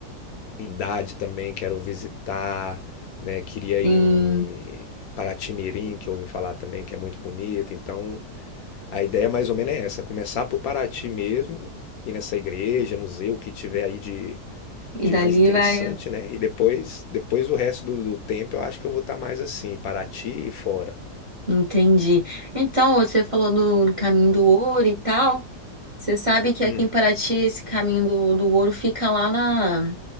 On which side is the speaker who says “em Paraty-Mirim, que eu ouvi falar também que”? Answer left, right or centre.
Left